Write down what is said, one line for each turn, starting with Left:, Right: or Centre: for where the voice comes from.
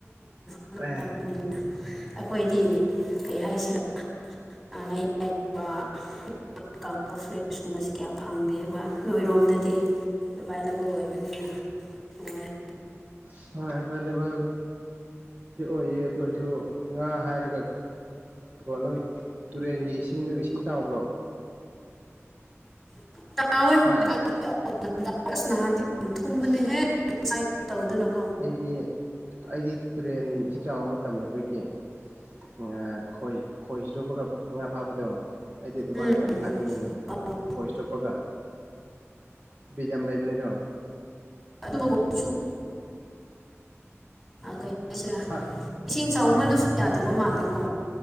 Centre: <inaudible>
Right: ꯑꯦ
Centre: <unintelligible> ꯑꯩꯈꯣꯏꯗꯤ ꯀꯩ ꯍꯥꯏꯁꯤ <unintelligible> <unintelligible> <unintelligible> ꯀꯨꯝꯕꯁꯤ ꯀꯌꯥ ꯐꯪꯗꯦꯕ ꯅꯣꯏꯔꯣꯝꯗꯗꯤ ꯑꯦꯕꯥꯏꯂꯦꯕꯜ ꯑꯣꯏꯕꯅꯤꯅ <unintelligible>
Right: <unintelligible> ꯑꯦꯚꯥꯏꯂꯦꯕꯜ ꯗꯤ ꯑꯣꯏꯌꯦ ꯑꯗꯨ ꯑꯣꯏꯔꯁꯨ ꯉꯥ ꯍꯥꯏꯔꯒ <unintelligible> ꯇꯨꯔꯦꯟꯒꯤ ꯏꯁꯤꯡꯗꯣ ꯏꯁꯤꯡ ꯆꯥꯎꯕ꯭ꯔꯣ
Centre: <inaudible>
Right: ꯍꯥ
Centre: ꯅꯍꯥꯟꯗꯤ <unintelligible> ꯊꯨꯝꯕꯅꯦꯍꯦ
Right: ꯑꯁ
Centre: <unintelligible>
Right: ꯑꯩꯗꯤ ꯑꯩꯗꯤ ꯇꯨꯔꯦꯟ ꯏꯁꯤꯡ ꯆꯥꯎꯕ ꯃꯇꯝꯗ ꯑꯩꯈꯣꯏꯒꯤ <unintelligible> ꯈꯣꯏ ꯈꯣꯏ ꯆꯣꯞꯄꯒ ꯉꯥ ꯐꯥꯕꯗꯣ ꯑꯩꯗꯤ ꯑꯗꯨꯃꯥꯏꯅ
Centre: ꯎꯝ
Right: ꯌꯥꯝ ꯐꯥꯅꯤꯡꯉꯤꯅꯦ
Centre: ꯑꯧ
Right: ꯈꯣꯏ ꯆꯨꯞꯄꯒ <unintelligible> ꯂꯩꯕꯅꯦꯗꯣ
Centre: <inaudible> ꯀꯩ ꯍꯥꯏꯁꯤꯔꯥ
Right: <unintelligible>
Centre: ꯏꯁꯤꯡ ꯆꯥꯎꯃꯜꯂꯁꯨ ꯌꯥꯗꯕ ꯃꯥꯜꯂꯦꯀꯣ